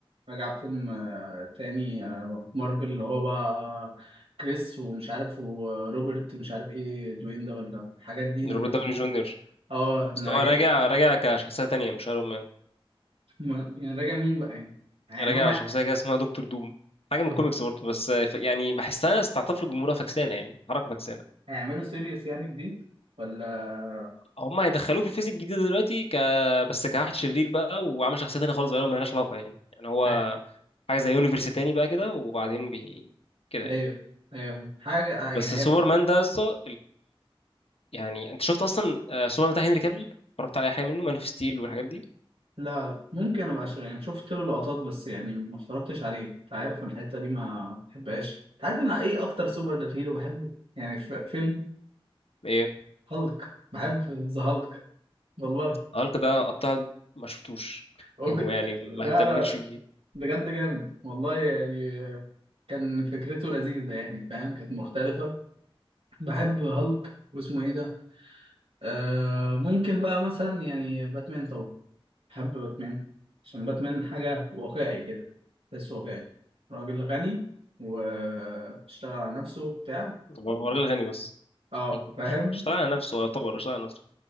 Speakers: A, on the right; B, on the left.
A: راجع فيلم آه، تاني آه، مارفل اللي هو بقى كريس ومش عارف وروبرت مش عارف ايه دوين ده ولا الحاجات دي
B: <laughs>
A: نز-
B: روبرت داوني جونيور
A: اه إن
B: بس
A: راجع
B: هو راجع
A: ايه
B: راجع كشخصيه تانية مش ايرون مان
A: ما- يعني راجع مين بقى يعني يعني
B: راجع
A: هما
B: شخصيه كده اسمها دكتور دوم حاجه
A: طب
B: من الكوميكس برضه بس ف- يعني بحسها استعطاف للجمهور فكسانه يعني حركه فكسانه
A: هيعملوا سيريس يعني جديد ولا
B: هما هيدخلوه في الفيزيك الجديده دلوقتي ك بس كواحد شرير بقى وعامل شخصيه تانية خالص غيره مالهاش علاقه يعني يعني هو
A: هي-
B: حاجه زي يونيفرس تاني بقى كده وبعدين بي كده يعني
A: ايوه ايوه حاجة آه، يعني
B: بس سوبرمان
A: هيبقى
B: ده يا اسطى يعني انت شفت اصلا آه، سوبرمان بتاع هنري كابل اتفرجت على اي حاجه منه مان اوف ستيل والحاجات دي
A: لا لا ممكن ابقى ش- يعني شفت له لقطات بس يعني ما اتفرجتش عليه انت عارف انا الحتة دي ما بحبهاش انت عارف انا ايه اكتر سوبر هيرو بحبه يعني في فيلم
B: ايه
A: هالك بحب ذا هالك والله
B: هالك ده قطع ما شفتوش <laughs>
A: أوك...
B: هو يعني
A: لا
B: ما اهتمتش
A: لا
B: بيه
A: بجد جامد والله يعني كان فكرته لذيذة يعني فاهم كانت مختلفة بحب هالك واسمه ايه ده آه ممكن بقى مثلا يعني باتمان طبعا بحب باتمان عشان باتمان حاجة واقعي كده بس واقعي راجل غني واشتغل على نفسه بتاع
B: هو
A: و...
B: هو راجل غني بس
A: اه
B: <laughs>
A: فاهم
B: اشتغل على نفسه هو يعتبر اشتغل على نفسه